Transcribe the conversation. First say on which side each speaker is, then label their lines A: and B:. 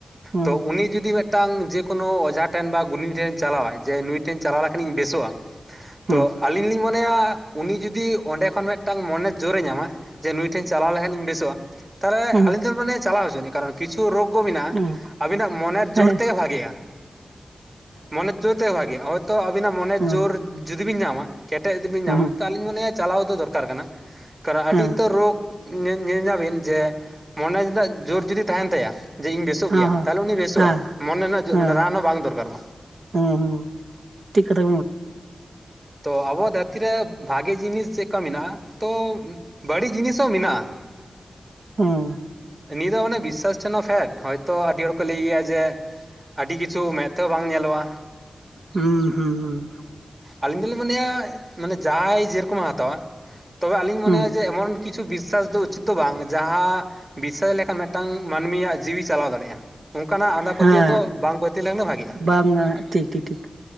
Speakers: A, on the right; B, on the right.
A: ᱦᱩᱸ
B: ᱛᱚ ᱩᱱᱤ ᱡᱩᱫᱤ ᱢᱮᱫ ᱢᱮᱫᱴᱟᱝ ᱡᱮ ᱠᱳᱱᱳ ᱚᱡᱷᱟ ᱴᱷᱮᱱ ᱵᱟ ᱜᱩᱱᱤ ᱴᱷᱮᱱ ᱪᱟᱞᱟᱣᱟᱭ ᱡᱮ ᱱᱩᱭ ᱴᱷᱮᱱ ᱪᱟᱞᱟᱣ ᱞᱮᱠᱷᱟᱱ ᱤᱧ ᱵᱮᱥᱚᱜ-ᱟ᱾
A: ᱦᱩᱸ
B: ᱛᱚ ᱟᱹᱞᱤᱧ ᱞᱤᱧ ᱢᱚᱱᱮᱭᱟ ᱩᱱᱤ ᱡᱩᱫᱤ ᱚᱸᱰᱮ ᱠᱷᱚᱱ ᱢᱮᱫᱴᱟᱝ ᱢᱚᱱᱮ ᱡᱳᱨᱮ ᱧᱟᱢᱟ᱾ ᱡᱮ ᱱᱩᱭ ᱴᱷᱮᱱ ᱪᱟᱞᱟᱣ ᱞᱮᱠᱷᱟᱱᱤᱧ ᱵᱮᱥᱚᱜ-ᱟ᱾ ᱛᱟᱦᱞᱮ
A: ᱦᱩᱸ
B: ᱟᱞᱤᱧ ᱫᱚ ᱢᱟᱱᱮ ᱪᱟᱞᱟᱣ ᱦᱚᱪᱚ ᱱᱤᱡ ᱠᱟᱨᱚᱱ ᱠᱤᱪᱷᱩ ᱨᱳᱜ ᱠᱚ ᱢᱮᱱᱟᱜ-ᱟ
A: ᱦᱩᱸ ᱦᱩᱸ
B: ᱟᱹᱵᱤᱱᱟᱜ ᱢᱚᱱᱮᱨ
A: ᱦᱮᱸ
B: ᱡᱳᱨᱛᱮᱜᱮ
A: ᱦᱮᱸ
B: ᱵᱷᱟᱜᱮᱜ-ᱟ᱾ ᱢᱚᱱᱮ ᱡᱳᱨ ᱛᱮᱜᱮ ᱵᱷᱟᱜᱮ-ᱟ ᱦᱚᱭᱛᱚ ᱟᱵᱤᱱᱟᱜ ᱢᱚᱱᱮ
A: ᱦᱩᱸ
B: ᱡᱳᱨ ᱡᱩᱫᱤ ᱵᱮᱱ ᱧᱟᱢᱟ ᱠᱮᱴᱮᱡ ᱡᱩᱫᱤ ᱵᱤᱱ ᱧᱟᱢᱟ
A: ᱦᱩᱸ
B: ᱛᱚ ᱟᱹᱞᱤᱧ ᱢᱚᱱᱮᱭᱟ ᱪᱟᱞᱟᱣ ᱫᱚᱨᱠᱟᱨ ᱠᱟᱱᱟ ᱠᱟᱨᱚᱱ
A: ᱦᱮᱸ
B: ᱟᱹᱰᱤ
A: ᱦᱮᱸ
B: ᱩᱛᱟᱹᱨ ᱨᱳᱜᱽ ᱧᱮᱧᱟᱵᱤᱱ ᱡᱮ ᱢᱚᱱᱮᱹ ᱨᱮᱱᱟᱜ ᱡᱳᱨ ᱡᱩᱫᱤ ᱛᱟᱦᱮᱱ ᱛᱟᱭᱟ, ᱡᱮ ᱤᱧ ᱵᱮᱥᱚᱜ
A: ᱦᱮᱸ
B: ᱜᱮᱭᱟ ᱛᱟᱦᱚᱞᱮ ᱩᱱᱤ ᱵᱮᱥᱚᱜ-ᱟ
A: ᱦᱮᱸ
B: ᱢᱚᱱᱮ ᱨᱮᱱᱟᱜ
A: ᱦᱮᱸ
B: ᱨᱟᱱ ᱦᱚᱸ ᱵᱟᱝ ᱫᱚᱨᱠᱟᱨᱚᱜ-ᱟ᱾
A: ᱦᱩᱸ ᱦᱩᱸ ᱴᱷᱤᱠ ᱠᱟᱛᱷᱟ
B: ᱛᱚ ᱟᱵᱚᱣᱟᱜ ᱫᱷᱟᱹᱨᱛᱤ ᱨᱮ ᱵᱷᱟᱜᱮ ᱡᱤᱱᱤᱥ ᱪᱮᱜᱠᱟ ᱢᱤᱱᱟᱜ-ᱟ ᱛᱚ ᱵᱟᱹᱲᱤᱡ ᱡᱤᱱᱤᱥ ᱦᱚᱸ ᱢᱤᱱᱟᱜ-ᱟ᱾
A: ᱦᱩᱸ
B: ᱱᱤᱭᱟᱹ ᱫᱚ ᱢᱟᱱᱮ ᱵᱤᱥᱥᱟᱥ ᱴᱷᱮᱱᱟ ᱯᱷᱮᱰ ᱦᱚᱭᱛᱚ ᱟᱹᱰᱤ ᱦᱚᱲ ᱠᱚ ᱞᱟᱹᱭ ᱜᱮᱭᱟ ᱡᱮ ᱟᱹᱰᱤ ᱠᱤᱪᱷᱩ ᱢᱮᱫ ᱛᱮᱦᱚᱸ ᱵᱟᱝ ᱧᱮᱞᱚᱜ-ᱟ
A: ᱦᱩᱸ ᱦᱩᱸ ᱦᱩᱸ
B: ᱟᱞᱤᱧ ᱫᱚᱞᱤᱧ ᱢᱚᱱᱮᱭᱟ ᱢᱟᱱᱮ ᱡᱟᱦᱟᱸᱭ ᱡᱮ ᱨᱚᱠᱚᱢᱮ ᱦᱟᱛᱟᱣᱟ ᱛᱚᱵᱮ ᱟᱹᱞᱤᱧ
A: ᱦᱩᱸ
B: ᱢᱚᱱᱮᱭᱟ ᱡᱮ ᱮᱢᱚᱱ ᱠᱤᱪᱷᱩ ᱵᱤᱥᱥᱟᱥ ᱫᱚ ᱩᱪᱤᱛ ᱫᱚ ᱵᱟᱝ ᱡᱟᱦᱟᱸ ᱵᱤᱥᱥᱟᱥ ᱞᱮᱠᱷᱟᱱ ᱢᱤᱫᱴᱟᱝ ᱢᱟᱹᱱᱢᱤᱭᱟᱜ ᱡᱤᱣᱤ ᱪᱟᱞᱟᱣ ᱫᱟᱲᱮᱜ-ᱟ᱾ ᱚᱝᱠᱟᱱᱟᱜ ᱟᱸᱫᱷᱟ
A: ᱦᱮᱸ
B: ᱯᱟᱹᱛᱭᱟᱹᱣ ᱫᱚ ᱵᱟᱝ ᱯᱟᱹᱛᱭᱟᱹᱣ ᱞᱮᱱᱠᱷᱟ ᱜᱮ ᱵᱷᱟᱜᱮ-ᱟ᱾
A: ᱵᱟᱝᱟ ᱴᱷᱤᱠ ᱴᱷᱤᱠ ᱴᱷᱤᱠ